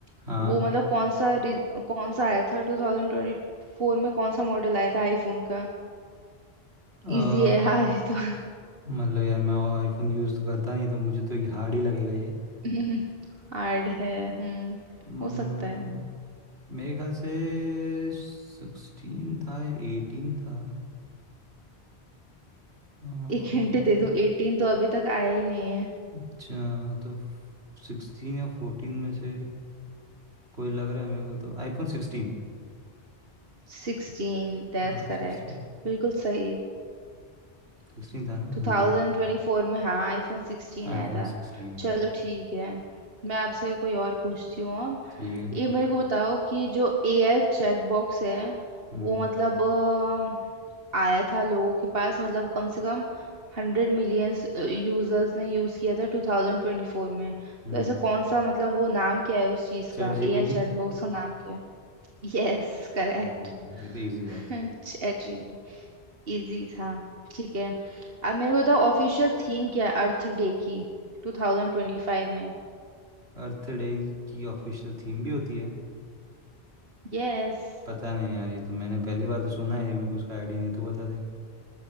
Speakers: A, on the right (about 80°); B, on the right (about 60°).
A: हाँ
B: वो मतलब कौन सा re- कौन सा आया था 2024 में कौन सा मॉडल आया था आईफोन का
A: अह,
B: इजी है यार ये तो
A: मतलब यार मैं आईफोन यूज़ तो करता नहीं तो मुझे तो ये हार्ड ही लगेगा ये
B: <laughs> हार्ड है हम्म
A: हम्म,
B: हो सकता है
A: मेरे ख्याल से सिक्सटीन था या एटीन था अह,
B: एक हिंट दे दूं 18 तो अभी तक आया ही नहीं है
A: अच्छा तो सिक्सटीन या फोर्टीन में से कोई लग रहा है मेरे को तो आईफोन सिक्सटीन
B: 16 दैट्स
A: हाँ
B: करेक्ट
A: सिक्सटीन
B: बिल्कुल सही
A: सिक्सटीन था ना हम्म
B: 2024 में हाँ आईफोन 16
A: IPhone
B: आया था
A: sixteen
B: चलो ठीक है मैं आपसे कोई और पूछती हूँ अब
A: ठीक है
B: ये मेरे को बताओ कि जो एआई चैट बॉक्स है
A: हम्म
B: वो मतलब अ, आया था लोगों के पास मतलब कम से कम हंड्रेड मिलियंस यूजर्स ने यूज किया था 2024 में
A: हम्म
B: तो ऐसा कौन सा मतलब वो नाम क्या है उस चीज
A: चैट
B: का
A: जीपीटी
B: एआई चैट बॉक्स का नाम क्या है Yes correct
A: हम्म ये तो इजी था
B: चैट <laughs> इजी था ठीक है अब मेरे को बताओ ऑफिशियल थीम क्या है अर्थ डे की 2025 में
A: अर्थ डे की ऑफिशियल थीम भी होती है
B: यस
A: पता नहीं यार ये तो मैंने पहली बार तो सुना है ये मेरे को उसका आइडिया नहीं तू बता दे